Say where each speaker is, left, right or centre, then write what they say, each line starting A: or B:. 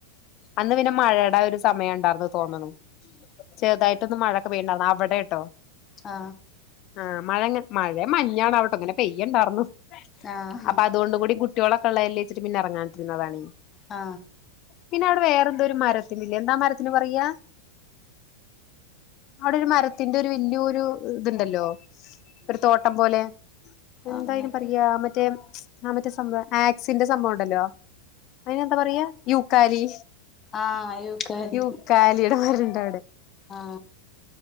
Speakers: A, on the left; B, on the left.
A: അന്ന് പിന്നെ മഴയുടെ ഒരു സമയ ഉണ്ടായി ർന്ന് തോന്നുന്നു ചെറുതായിട്ടൊന്ന് മഴൊക്കെ പെയ്യ്ണ്ടാർന്നു അവിടെട്ടോ
B: ആ
A: ആഹ് മഴ മഴയ മഞ്ഞാണ് അവിട്ട ഇങ്ങനെ പെയ്യുണ്ടായിന്നു
B: ആഹ്
A: അപ്പൊ അതുകൊണ്ട് കൂടി കുട്ടികളൊക്കെള്ളായില്ലേച്ചട്ട പിന്നെ ഇറങ്ങാതിരുന്നതാണ്
B: ആ
A: പിന്നെ അവിടെ വേറെന്തോ ഒരു മരത്തിന്ല്ലെ എന്താ മരത്തിന് പറയാ അവിടെ ഒരു മരത്തിന്റെ ഒരു വല്ലിയൊരു ഇതുണ്ടല്ലോ ഒരു തോട്ടം പോലെ എന്തായിനി
B: അങ്ങനത്തെ
A: പറയാ അ. മറ്റേ ആ മറ്റേ സംഭവം ആക്സിന്റെ സംഭവം ഉണ്ടല്ലോ അതിനെന്താ പറയാ യൂക്കാലി
B: ആ യൂക്കാലി
A: യൂക്കാലിയുടെ മരണ്ട്
B: ആ